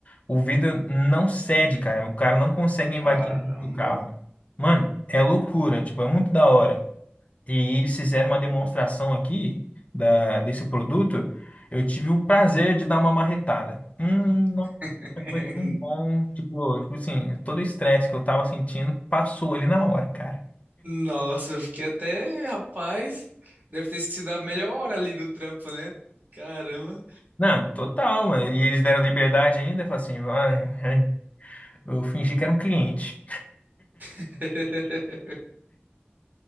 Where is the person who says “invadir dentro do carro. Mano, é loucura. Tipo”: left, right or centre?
Left